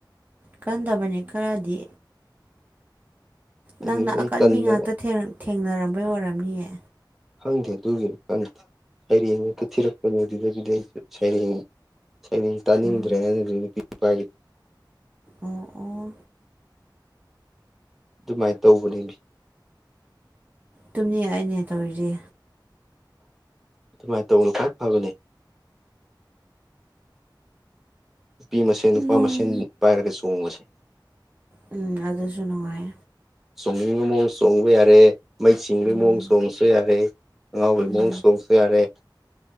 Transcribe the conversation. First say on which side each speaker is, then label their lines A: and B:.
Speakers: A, on the right; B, in the centre.
A: ꯀꯟꯗꯕꯅꯤ ꯈꯔꯗꯤ
B: ꯑꯗꯨꯗ
A: ꯅꯪꯅ
B: ꯑꯩ
A: ꯑꯀꯟꯕꯤ
B: ꯇꯟꯗꯅ
A: ꯉꯥꯛꯇ ꯊꯦꯡꯅꯔꯝꯕꯩ ꯑꯣꯏꯔꯝꯅꯤꯌꯦ
B: ꯈꯪꯗꯦ ꯑꯗꯨꯒꯤꯅꯤ ꯈꯪꯗꯦ ꯁꯩꯔꯦꯡꯛꯇ ꯊꯤꯔꯛꯄꯅꯦ ꯑꯗꯨꯗꯒꯤꯗꯤ ꯑꯩꯁꯨ ꯁꯩꯔꯦꯡ ꯁꯗꯤ ꯇꯥꯅꯤꯡꯗ꯭ꯔꯦꯅ
A: ꯎꯝ
B: ꯑꯗꯨ ꯅꯨꯄꯤ ꯅꯨꯄꯥꯒꯤ
A: ꯑꯣ ꯑꯣ
B: ꯑꯗꯨꯃꯥꯏꯅ ꯇꯧꯕꯅꯤꯅꯤ
A: ꯇꯨꯝꯅꯤ ꯑꯩꯅꯦ ꯇꯧꯔꯤꯁꯦ
B: ꯑꯗꯨꯃꯥꯏꯅ ꯇꯧꯕꯅ ꯈ꯭ꯋꯥꯏ ꯐꯕꯅꯤ ꯅꯨꯄꯤ ꯃꯁꯦꯟ ꯅꯨꯄꯥ
A: ꯅꯨꯡ
B: ꯃꯁꯦꯟ ꯄꯥꯏꯔꯒ ꯆꯣꯡꯉꯁꯦ
A: ꯎꯝ ꯑꯗꯨꯁꯨ ꯅꯨꯡꯉꯥꯏ
B: ꯆꯣꯡꯅꯤꯡꯅꯤꯡꯕ ꯃꯑꯣ ꯆꯣꯡꯕ ꯌꯥꯔꯦ ꯃꯩ ꯆꯤꯡꯕꯒꯤ
A: ꯎꯝ
B: ꯃꯑꯣꯡ ꯆꯣꯡꯕꯁꯨ ꯌꯥꯔꯦ ꯑꯉꯥꯎꯕꯩ
A: ꯎꯝ
B: ꯃꯑꯣꯡ ꯆꯣꯡꯕꯁꯨ ꯌꯥꯔꯦ